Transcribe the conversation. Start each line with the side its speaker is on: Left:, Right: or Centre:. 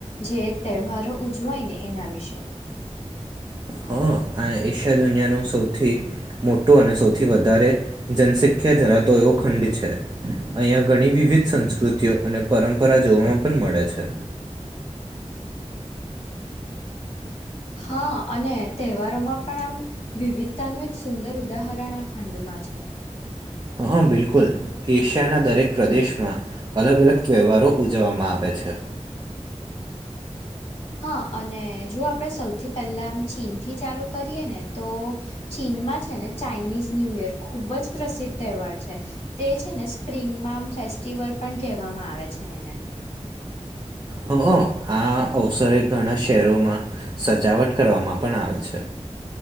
Left: જે તહેવારો ઉજવાય ને એના વિશે.
Right: હા આ એશિયા દુનિયાનો સૌથી મોટો અને સૌથી વધારે જનસંખ્યા ધરાતો એવો ખંડ છે. અહીંયા ઘણી વિવિધ સંસ્કૃતિઓ અને પરંપરા જોવામાં પણ મળે છે.
Left: હા, અને તહેવારોમાં પણ આમ વિવિધતાનું એક સુંદર ઉદાહરણ આ ખંડમાં છે.
Right: હા, બિલકુલ એશિયાના દરેક પ્રદેશમાં અલગ અલગ તહેવારો ઉજવવામાં આવે છે.
Left: હા, અને જો આપડે સૌથી પહેલા આમ ચીન થી ચાલુ કરીએ ને તો ચીનમાં છે ને ચાાઈનીઝ ન્યૂ યર ખૂબ જ પ્રસિદ્ધ તહેવાર છે. તે છે ને સ્પ્રિંગમાં આમ ફેસ્ટિવલ પણ કહેવામાં આવે છે એને.
Right: હ અહ અવસરે ઘણા શહેરોમાં સજાવટ કરવામાં પણ આવે છે.